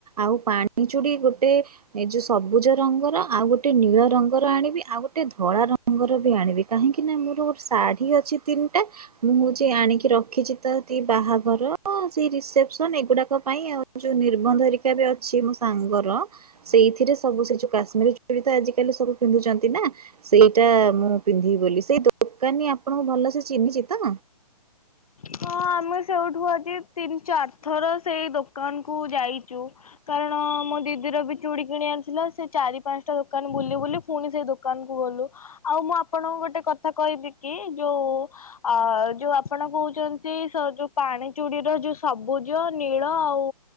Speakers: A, on the right (about 75°); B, on the left (about 65°).
A: ଆଉ ପାଣି ଚୁଡି ଗୋଟେ ଏ ଯୋଉ ସବୁଜ ରଙ୍ଗର ଆଉ ଗୋଟେ ନୀଳ ରଙ୍ଗର ଆଣିବି ଆଉ ଗୋଟେ ଧଳା ରଙ୍ଗର ବି ଆଣିବି କାହିଁକି ନା ମୋର ଗୋଟେ ଶାଢ଼ୀ ଅଛି ତିନ୍ଟା ମୁଁ ହୋଉଛି ଆଣିକି ରଖିଛି ତ ତି ବାହାଘର ହଁ ସେଇ ରିସେପସନ୍ ଏଗୁଡାକ ପାଇଁ ଆଉ ଯୋଉ ନିର୍ବନ୍ଧଘରିକା ରେ ଅଛି ମୋ ସାଙ୍ଗର ସେଇଥିରେ ସବୁ ସେ ଯୋଉ କାଶ୍ମୀର୍ ଚୁଡ଼ି ତ ଆଜିିକାଲି ସବୁ ପିନ୍ଧୁଚନ୍ତି ନା ସେଇଟା ମୁଁ ପିନ୍ଧିବି ବୋଲି ସେଇ ଦୋକାନୀ ଆପଣୁଙ୍କୁ ଭଲ ସେ ଚିହ୍ନିଚି ତ
B: ହଁ ଆମେ ସେଉଠୁ ଆଜି ତିନ୍ ଚାର୍ ଥର ସେଇ ଦୋକାନ୍ କୁ ଯାଇଚୁ। କାରଣ ମୋ ଦିଦିର ବି ଚୁଡ଼ି କିଣିବାର ଥିଲା ସେ ଚାରି ପାନ୍ଟା ଦୋକାନ୍ ବୁଲି ବୁଲି ପୁଣି ସେଇ ଦୋକାନ୍ କୁ ଗଲୁ ଆଉ ମୁଁ ଆପଣଙ୍କୁ ଗୋଟେ କଥା କହିବି କି ଯୋଉ ଆ ଯୋଉ ଆପଣ କଉଚନ୍ତ ସେ ସ ଯୋଉ ପାଣି ଚୁଡିର ଯୋଉ ସବୁଜ ନୀଳ ଆଉ